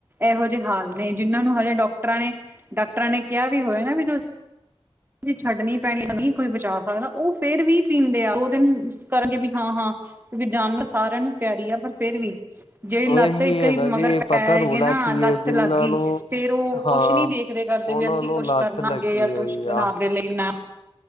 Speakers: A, on the right; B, on the left.
A: ਐਹੋ ਹਾਲ ਨੇ ਜਿਹਨਾਂ ਨੂੰ ਹਜੇ ਡਾਕਟਰਾਂ ਨੇ ਡਾਕਟਰਾਂ ਨੇ ਕਿਹਾ ਵੀ ਹੋਇਆ ਨਾ ਵੀ ਛੱਡਣੀ ਪੈਣੀ ਤਾਂ ਨੀ ਕੋਈ ਬਚਾ ਸਕਦਾ ਉਹ ਫੇਰ ਵੀ ਪੀਂਦੇ ਆ ਦੋ ਦਿਨ ਮਿਸ ਕਰਗੇ ਵੀ ਹਾਂ, ਹਾਂ। ਵੀ <unintelligible> ਸਾਰਿਆਂ ਨੂੰ ਪੈਰੀ ਆ, ਪਰ ਫਿਰ ਵੀ ਜਿਹੜੀ
B: ਉਹੀ
A: ਲੱਤ ਇੱਕ
B: ਹੈ
A: ਆਰੀ
B: ਨਾ
A: ਮਗਰ
B: ਜੀ ਪਤਾ
A: ਪੈ
B: ਰੌਲਾ
A: ਗਏ ਨਾ
B: ਕੀ
A: ਲੱਤ
B: ਹੈ ਜਿੰਨਾਂ
A: ਲੱਗ ਗਈ।
B: ਨੂੰ
A: ਫੇਰ ਉਹ
B: ਹਾਂ
A: ਕੁਛ ਨੀ ਦੇਖਦੇ ਕਰਦੇ
B: ਉਹਨਾਂ
A: ਵੀ ਅਸੀਂ
B: ਨੂੰ
A: ਕੁਛ
B: ਲੱਤ
A: ਕਰਨਾਗੇ
B: ਲੱਗੀ
A: ਜਾਂ
B: ਹੋਈ
A: ਕੁੱਛ ਬਣਾ
B: ਆ
A: ਦੇ ਲਈ ਨਾ,